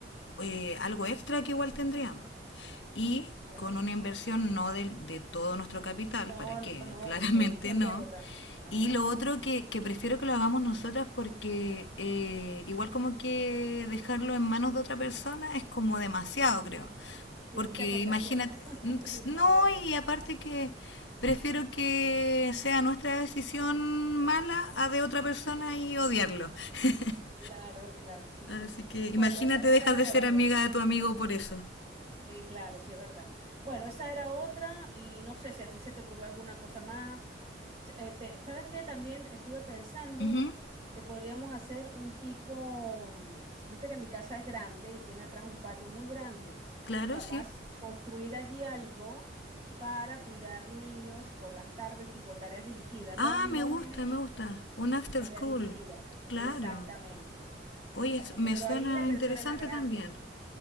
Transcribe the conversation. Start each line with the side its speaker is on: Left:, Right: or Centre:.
Left: eh, algo extra que igual tendríamos. Y
Right: claro.
Left: con una inversión no de, de todo nuestro capital,
Right: No,
Left: ¿para qué?
Right: no, no,
Left: <laughs> Claramente
Right: porque mucho riesgo
Left: no.
Right: también. No,
Left: Y lo
Right: sí.
Left: otro que, que prefiero que lo hagamos nosotras porque eh, igual como que dejarlo en manos de otra persona es como demasiado, creo.
Right: Tiene
Left: Porque
Right: mucha tentación,
Left: imagínate,
Right: ¿no? <laughs>
Left: n- s-
Right: Se sabe.
Left: no, y aparte que prefiero que sea nuestra decisión mala a de otra persona y odiarlo. <laughs>
Right: Claro, claro, sí, sí.
Left: Así que
Right: Bueno,
Left: imagínate,
Right: esa, esa
Left: dejas
Right: era
Left: de ser
Right: otra.
Left: amiga de tu amigo por eso.
Right: Sí, claro, sí es verdad. Bueno, esa era otra y no sé si a ti se te ocurrió alguna cosa más. T- Este, ¿sabes qué? También estuve pensando
Left: Ujú.
Right: que podríamos hacer un tipo, mm, viste que mi casa es grande y tiene atrás un patio muy grande
Left: Claro,
Right: y capaz
Left: sí.
Right: construir allí algo para cuidar niños por las tardes, tipo tareas dirigidas,
Left: Ah,
Right: no, no
Left: me gusta,
Right: nenes chicos,
Left: me gusta. Un after
Right: tareas
Left: school.
Right: dirigidas.
Left: Claro.
Right: Exactamente, exactamente.
Left: Oye, es- me
Right: Pero
Left: suena
Right: ahí la inversión
Left: interesante
Right: es más grande.
Left: también.